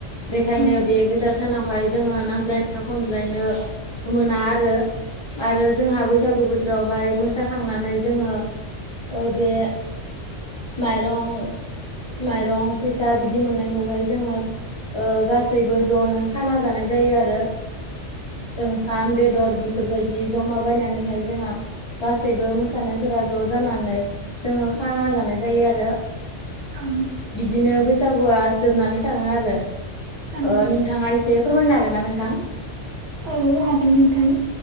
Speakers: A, on the left (about 50°); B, on the right (about 65°).
A: बेखायनो
B: औ
A: बे गोथार सानावहाय जोङो नांज्लायनो खमज्लायनो मोना आरो आरो जोंहा बैसागु बोथोरावहाय मोसाखांनानै जोङो बे माइरं माइरं फैसा बिदि मोननायखौहाय जोङो गासैबो ज'नो खाना जानाय जायो आरो ओंखाम बेदर बेफोरबायदि जमा बायनानैहाय जोंहा गासैबो मोसानायफोरा ज' जानानै जोङो खाना जानाय जायो आरो
B: औ
A: बिदिनो बैसागुआ जोबनानै थाङो आरो
B: औ
A: नोंथाङा एसे फोरमायनो हागोन ना नोंथां
B: औ हागोन नोंथां